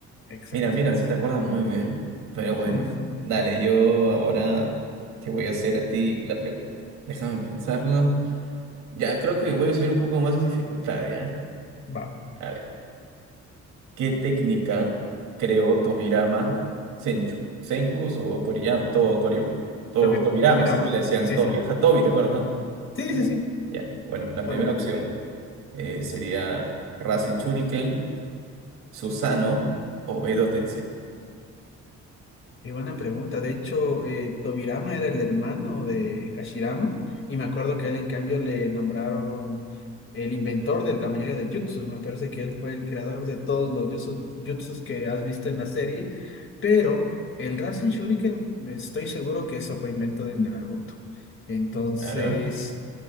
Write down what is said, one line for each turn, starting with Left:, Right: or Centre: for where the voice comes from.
Left: Exacto.
Right: Mira, mira, sí te acuerdas muy bien. Pero bueno,
Left: <laughs>
Right: dale, yo ahora te voy a hacer a ti la pregunta. Déjame pensarlo. Ya, creo que voy a subir un poco más la dificultad, ¿ya?
Left: Va,
Right: A ver. ¿Qué técnica creó Tobirama Senchu? Senku o Toriyama, todo, Tori- to-
Left: Tobir-
Right: Tobirama,
Left: Tobirama.
Right: siempre le decían
Left: Sí,
Right: Tobi.
Left: sí.
Right: Ajá, Tobi, ¿te acuerdas, no?
Left: Sí,
Right: Ya.
Left: sí, sí.
Right: Ya. Bueno, la primera
Left: Va, va, va.
Right: opción eh, sería Rasen Shuriken, Susanoo o Edo Tensei.
Left: y buena pregunta. De hecho, eh, Tobirama era el hermano de Hashirama y me acuerdo que a él en cambio le nombraron el inventor de la mayoría de jutsus. Me parece que él fue el creador de todos los jutsus, jutsus que has visto en la serie, pero el Rasen Shuriken, estoy seguro que eso fue invento de Naruto. Entonces...
Right: Claro.